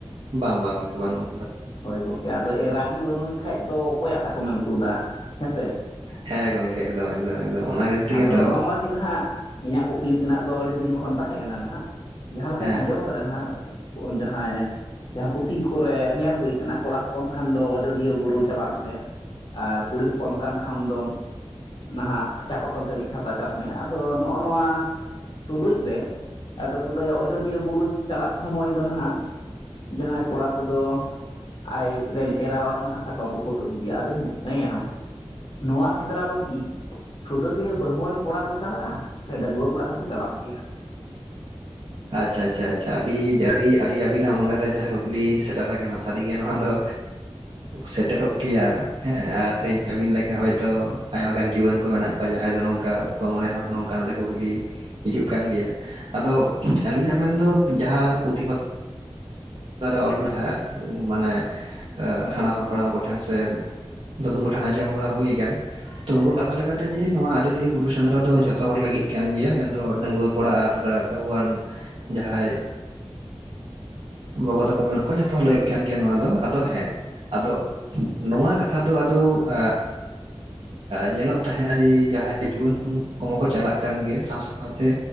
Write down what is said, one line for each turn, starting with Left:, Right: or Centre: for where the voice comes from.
Right: ᱵᱟᱝ ᱵᱟᱝ ᱵᱟᱹᱱᱩᱜᱼᱟ
Left: ᱦᱳᱭ ᱜᱚᱝᱠᱮ ᱟᱫᱚ ᱮᱨᱟ ᱜᱮ ᱵᱟᱱᱩᱭ ᱠᱷᱟᱡ ᱫᱚ ᱚᱠᱚᱭᱟᱜ ᱥᱟᱠᱚᱢ ᱮᱢ ᱛᱩᱫᱟ ᱦᱮᱸᱥᱮ
Right: ᱦᱮᱸ ᱜᱚᱝᱠᱮ ᱮᱠᱫᱚᱢ ᱮᱠᱫᱚᱢ ᱮᱠᱫᱚᱢ ᱚᱱᱟ ᱠᱷᱟᱛᱤᱨ ᱛᱮᱜᱮ
Left: ᱟᱫᱚ
Right: ᱛᱚ
Left: ᱱᱚᱜᱼᱚ ᱱᱚᱣᱟ ᱜᱮ ᱱᱟᱦᱟᱜ ᱤᱧᱟᱹᱜ ᱠᱩᱠᱞᱤ ᱛᱮᱱᱟᱜ ᱫᱚ ᱟᱹᱰᱤ ᱫᱤᱱ ᱠᱷᱚᱱ ᱛᱟᱦᱮᱸ ᱠᱟᱱᱟ ᱱᱟᱦᱟᱜ ᱡᱟᱦᱟᱸ ᱞᱮᱠᱟᱧ
Right: ᱦᱮᱸ
Left: ᱟᱸᱡᱚᱢ ᱨᱮᱱᱱᱟᱜ ᱡᱟᱦᱟᱸᱭ ᱡᱟᱦᱟᱸ ᱯᱩᱛᱷᱤ ᱠᱚᱨᱮ ᱧᱮᱞ ᱦᱩᱭ ᱟᱠᱟᱱᱟ ᱠᱚᱲᱟ ᱦᱚᱯᱚᱱ ᱠᱷᱟᱱ ᱫᱚ ᱚᱡᱳᱫᱽᱫᱷᱟ ᱟᱡᱚᱫᱷᱤᱭᱟᱹ ᱵᱩᱨᱩ ᱪᱟᱞᱟᱜ ᱢᱮ ᱟᱨ ᱠᱩᱲᱤ ᱦᱚᱯᱚᱱ ᱠᱟᱱ ᱠᱷᱟᱱ ᱫᱚᱢ ᱱᱟᱦᱟᱜ ᱪᱷᱟᱛᱟ ᱪᱟᱞᱟᱜ ᱢᱮ ᱟᱫᱚ ᱱᱚᱜᱼᱚ ᱱᱚᱣᱟ ᱛᱩᱞᱩᱡ ᱨᱮ ᱟᱫᱚ ᱠᱚ ᱞᱟᱹᱭᱟ ᱚᱡᱚᱫᱤᱭᱟᱹ ᱵᱩᱨᱩ ᱪᱟᱞᱟᱜ ᱥᱚᱢᱚᱭ ᱫᱚ ᱱᱟᱦᱟᱜ ᱡᱟᱦᱟᱸᱭ ᱠᱚᱲᱟ ᱠᱚᱫᱚ ᱟᱡ ᱨᱮᱱ ᱮᱨᱟ ᱦᱟᱜ ᱱᱟᱦᱟᱜ ᱥᱟᱠᱚᱢ ᱠᱚᱠᱚ ᱛᱩᱫ ᱤᱫᱤᱭᱟ ᱟᱫᱚᱧ ᱢᱚᱱᱮᱭᱟ ᱱᱚᱣᱟ ᱥᱮᱸᱫᱽᱨᱟ ᱫᱚ ᱠᱤ ᱥᱩᱫᱷᱟᱹ ᱜᱮ ᱵᱟᱹᱦᱩᱣᱟᱱ ᱠᱚᱲᱟ ᱠᱚ ᱪᱟᱞᱟᱜᱼᱟ ᱥᱮ ᱰᱟᱺᱜᱩᱣᱟᱹ ᱠᱚᱲᱟ ᱦᱚᱸᱠᱚ ᱪᱟᱞᱟᱜ ᱜᱮᱭᱟ
Right: ᱟᱪᱪᱷᱟ ᱟᱪᱪᱷᱟ ᱟᱹᱰᱤ ᱟᱹᱰᱤ ᱟᱹᱰᱤ ᱟᱵᱤᱱᱟᱜ ᱢᱚᱱᱮ ᱨᱮ ᱡᱟᱦᱟᱸ ᱠᱩᱠᱞᱤ ᱥᱮᱴᱮᱨ ᱟᱠᱟᱱᱟ ᱥᱟᱹᱨᱤᱜᱮ ᱱᱚᱣᱟ ᱫᱚ ᱥᱮᱴᱮᱨᱚᱜ ᱜᱮᱭᱟ ᱦᱮᱸ ᱟᱨ ᱛᱮᱦᱮᱧ ᱟ. ᱵᱤᱱ ᱞᱮᱠᱟ ᱦᱚᱳᱭᱛᱚ ᱟᱭᱢᱟ ᱜᱟᱱ ᱡᱩᱣᱟᱹᱱ ᱠᱚ ᱢᱮᱱᱟᱜ ᱠᱚᱣᱟ ᱡᱟᱦᱟᱸᱭ ᱫᱚ ᱱᱚᱝᱠᱟ ᱩᱱᱠᱩ ᱟᱜ ᱢᱚᱱᱮ ᱨᱮ ᱦᱚᱸ ᱱᱚᱝᱠᱟ ᱢᱤᱫᱴᱟᱝ ᱠᱩᱠᱞᱤ ᱦᱤᱡᱩᱜ ᱠᱟᱱ ᱜᱮᱭᱟ ᱟᱫᱚ ᱟᱹᱞᱤᱧᱟᱜ ᱢᱮᱱ ᱫᱚ ᱡᱟᱦᱟᱸ ᱯᱩᱸᱛᱷᱤ ᱯᱟᱛᱷᱟᱢ ᱚᱠᱟ ᱨᱮ ᱚᱞ ᱢᱮᱱᱟᱜ-ᱟ ᱢᱟᱱᱮ ᱦᱟᱲᱟᱢ ᱦᱟᱯᱲᱟᱢ ᱠᱚᱴᱷᱮᱱ ᱥᱮ ᱫᱟᱹᱫᱩ ᱠᱚᱴᱷᱮᱱ ᱟᱸᱡᱚᱢ ᱵᱟᱲᱟ ᱦᱩᱭᱠᱟᱱ ᱛᱚ ᱩᱱᱠᱩ ᱟᱜ ᱠᱟᱛᱷᱟ ᱞᱮᱠᱟᱛᱮ ᱡᱮ ᱱᱚᱣᱟ ᱟᱡᱚᱫᱤᱭᱟᱹ ᱵᱩᱨᱩ ᱥᱮᱸᱫᱽᱨᱟ ᱫᱚ ᱡᱷᱚᱛᱚ ᱦᱚᱲ ᱞᱟᱹᱜᱤᱫ ᱠᱟᱱ ᱜᱮᱭᱟ ᱢᱮᱱᱫᱚ ᱰᱟᱺᱜᱩᱭᱟᱹ ᱠᱚᱲᱟ ᱟᱨ ᱵᱟᱹᱦᱩᱣᱟᱱ ᱡᱟᱦᱟᱸᱭ ᱵᱟᱵᱟ ᱛᱟᱠᱚ ᱢᱮᱱᱟᱜ ᱠᱚᱣᱟ ᱡᱷᱚᱛᱚ ᱦᱚᱲ ᱞᱟᱹᱜᱤᱫ ᱠᱟᱱ ᱜᱮᱭᱟ ᱱᱚᱣᱟ ᱫᱚ ᱟᱫᱚ ᱦᱮᱸ ᱟᱫᱚ ᱱᱚᱣᱟ ᱠᱟᱛᱷᱟ ᱫᱚ ᱟᱫᱚ ᱮ ᱧᱮᱞᱚᱜ ᱛᱟᱦᱮᱸᱫ ᱡᱮ ᱡᱟᱦᱟᱸᱭ ᱡᱩᱭᱟᱹᱱ ᱠᱚ ᱦᱚᱸ ᱠᱚ ᱪᱟᱞᱟᱜ ᱠᱟᱱ ᱜᱮᱭᱟ ᱥᱟᱶ ᱥᱟᱶᱛᱮ